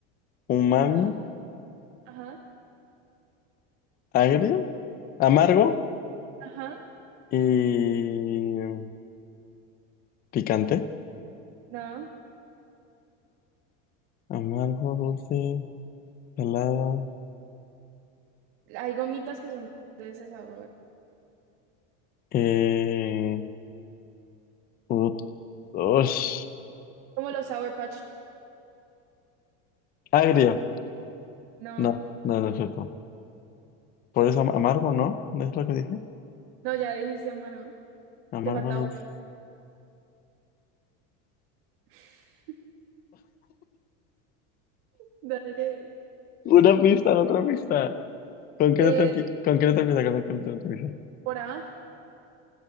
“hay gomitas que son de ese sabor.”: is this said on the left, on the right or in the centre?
Right